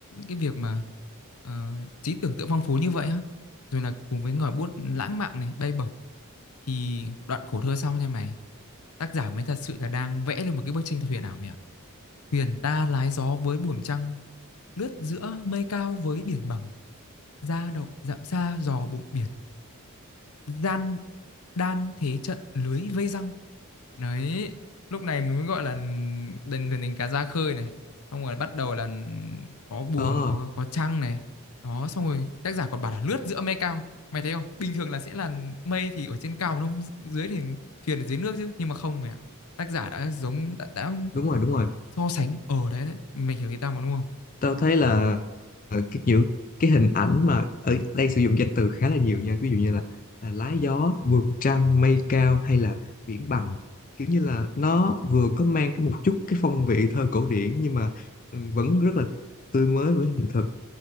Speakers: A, on the left; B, on the left.
A: cái việc mà ờ, trí tưởng tượng phong phú như vậy á. Rồi là cùng với ngòi bút lãng mạn này, bay bổng thì đoạn khổ thơ sau nha mày. Tác giả mới thật sự là đang vẽ lên một cái bức tranh thật huyền ảo mẹ. ạ. Thuyền ta lái gió với buồm trăng lướt giữa mây cao với biển bằng ra đậu dặm xa giò bụng biển gian đan thế trận lưới vây răng đấy lúc này mình mới gọi là đền thuyền cá ra khơi này xong rồi bắt đầu là có buồm
B: có
A: có có trăng này đó xong rồi tác giả còn bảo là lướt giữa mây cao mày thấy không bình thường là sẽ là mây thì ở trên cao mà không dưới thì thuyền ở dưới nước chứ nhưng mà không mày ạ tác giả đã giống đã, đã
B: đúng rồi đúng rồi
A: so sánh ở đấy đấy mày hiểu ý tao mà đúng không
B: tao thấy là ờ, cái những cái hình ảnh mà ở đây sử dụng danh từ khá là nhiều nha ví dụ như là, là lá gió vượt trăng mây cao hay là biển bằng kiểu như là nó vừa có mang cái một chút cái phong vị thơ cổ điển nhưng mà ừ, vẫn rất là tươi mới với hiện thực